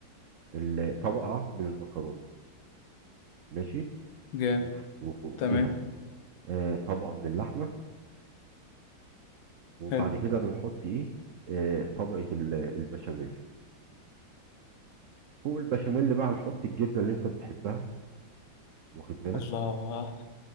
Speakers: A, on the right; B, on the left.
A: ال- طبقة من المكرونة ماشي
B: جامد
A: وف- وفوقيها
B: تمام
A: آه، طبقة من اللحمة وبعد
B: حلو
A: كده بنحط ايه آه، طبقة ال- البشاميل فوق البشاميل بقى نحط الجبنة اللي انت بتحبها واخد بالك
B: الله